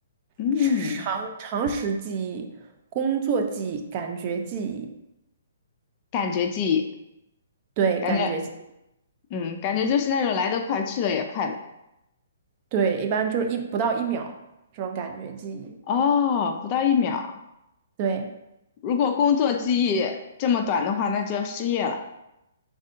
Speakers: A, on the left; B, on the right.
A: 嗯，
B: 长常识记忆、工作记忆、感觉记忆，
A: 感觉记忆，
B: 对，
A: 感觉，
B: 感觉记忆
A: 嗯，感觉就是那种来得快，去得也快的。
B: 对，一般就是一不到一秒这种感觉记忆，
A: 哦，不到一秒。
B: 对。
A: 如果工作记忆这么短的话，那就要失业了。